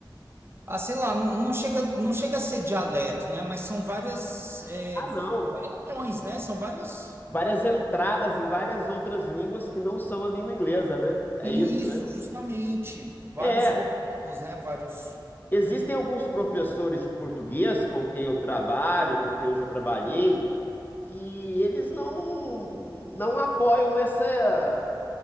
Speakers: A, on the right (about 30°); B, on the left (about 25°).
A: ah, sei lá, não, não chega, não chega a ser dialeto, né? Mas são várias, é,
B: Ah, não.
A: variações, né? São várias,
B: várias entradas em várias outras línguas que não são a língua inglesa, né? É
A: isso,
B: isso, né?
A: justamente, vários
B: É.
A: vocábulos, né? Vários.
B: Existem alguns professores de português com quem eu trabalho, com quem eu já trabalhei, que eles não não apoiam essa